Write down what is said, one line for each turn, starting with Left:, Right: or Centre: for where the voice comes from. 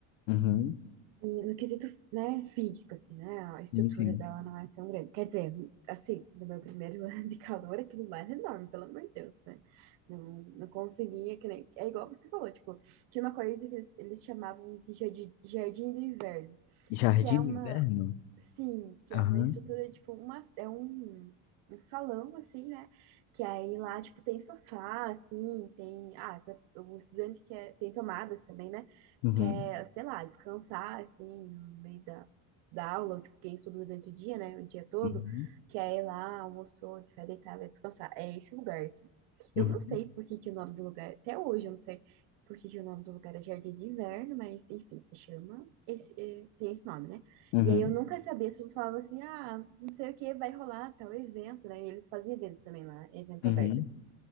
Left: Uhum.
Right: E no quesito, né, físico, assim, né, a estrutura
Left: Sim, sim.
Right: dela não é tão grande. Quer dizer, assim, no meu primeiro <laughs> ano de calor, aquilo lá era enorme, pelo amor de Deus, né? Não, não conseguia, que nem... É igual você falou, tipo, tinha uma coisa que eles, eles chamavam de jardim, jardim de inverno,
Left: Jardim
Right: que é uma,
Left: do Inverno?
Right: Sim, que
Left: Aham.
Right: é uma estrutura, tipo, uma, é um, um salão, assim, né? Que aí lá, tipo, tem sofá, assim, tem... Ah, se- o estudante quer... Tem tomadas também, né?
Left: Uhum.
Right: Quer, sei lá, descansar, assim, no meio da, da aula, ou, tipo, quem estuda durante o dia, né? O dia todo,
Left: Uhum.
Right: que aí lá, almoçou, se vai deitar, vai descansar. É esse lugar, assim.
Left: Uhum.
Right: Eu não sei por que que o nome do lugar... Até hoje eu não sei por que que o nome do lugar é Jardim de Inverno, mas, enfim, se chama... Esse, eh, tem esse nome, né?
Left: Uhum.
Right: E aí eu nunca sabia, as pessoas falavam assim, ah, não sei o que, vai rolar tal evento, né? E eles faziam evento também lá, evento
Left: Uhum.
Right: aberto, assim.